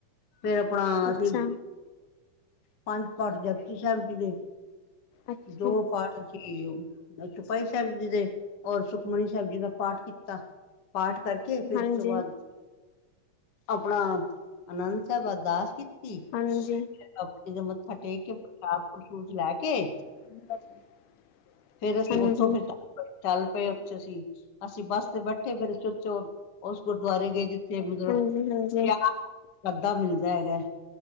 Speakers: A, on the left; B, on the left.
A: ਫੇਰ ਆਪਣਾ
B: ਅੱਛਾ,
A: ਅਸੀਂ ਪੰਜ ਪਾਠ ਜਪਤੀ ਸਾਹਿਬ ਜੀ ਦੇ,
B: ਅੱਛਾ
A: ਦੋ
B: ਹਾਂਜੀ।
A: ਪਾਠ ਸੀ। ਚੋਪਈ ਸਾਹਿਬ ਜੀ ਦੇ ਔਰ ਸੁਖਮਨੀ ਸਾਹਿਬ ਜੀ ਦਾ ਪਾਠ ਕੀਤਾ। ਪਾਠ ਕਰਕੇ ਫੇਰ
B: ਹਾਂਜੀ,
A: ਤੋਂ ਬਾਅਦ ਆਪਣਾ ਆਨੰਦ ਸਾਹਿਬ ਅਰਦਾਸ ਕੀਤੀ।
B: ਹਾਂਜੀ,
A: ਆਪਣੇ ਦਾ ਮੱਥਾ ਟੇਕ ਕੇ ਪ੍ਰਸ਼ਾਦ ਪ੍ਰਸੂਦ ਲੈ ਕੇ,
B: <unintelligible>
A: ਫੇਰ ਅਸੀਂ
B: ਹਾਂਜੀ,
A: ਉੱਥੋਂ ਫੇਰ ਚੱਲ ਪਏ, ਉੱਥੇ ਅਸੀ ਅਸੀਂ ਬੱਸ ਤੇ ਬੈਠੇ ਫੇਰ ਔ ਉਸ ਗੁਰਦੁਆਰੇ ਗਏ, ਜਿੱਥੇ ਮਤਲਬ
B: ਹਾਂਜੀ। ਹਾਂਜੀ, ਹਾਂਜੀ,
A: ਪਿਆ। ਸਾਧਾ ਮਿਲਦਾ ਹੈਗਾ,